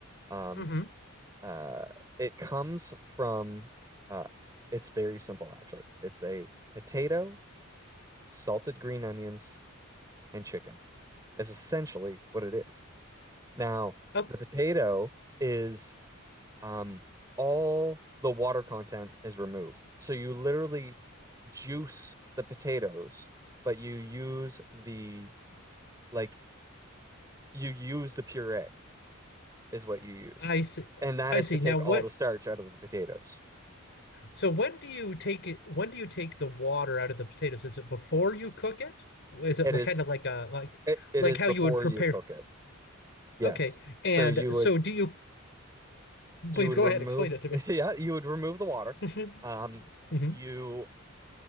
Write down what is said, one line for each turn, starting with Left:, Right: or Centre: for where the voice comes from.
Right: Um,
Left: hmm
Right: uh, it comes from. Uh, it's very simple, actually. It's a potato, salted green onions, and chicken. Is essentially what it is. Now,
Left: Oh,
Right: the potato is um, all the water content is removed, so you literally juice the potatoes, but you use the like you use the puree is what you use,
Left: I see.
Right: and that
Left: I
Right: is
Left: see.
Right: to take
Left: Now what?
Right: all the starch out of the potatoes.
Left: So when do you take it? When do you take the water out of the potatoes? Is it before you cook it? Is it
Right: It
Left: like,
Right: is
Left: kind of like a like
Right: it, it
Left: like
Right: is
Left: how
Right: before
Left: you would prepare?
Right: you cook it. Yes.
Left: Okay. And
Right: So you
Left: so
Right: would
Left: do you?
Right: you
Left: Please
Right: would
Left: go
Right: remove
Left: ahead, explain it to me.
Right: <laughs> yeah you would remove the water.
Left: <laughs>
Right: Um,
Left: hmm
Right: you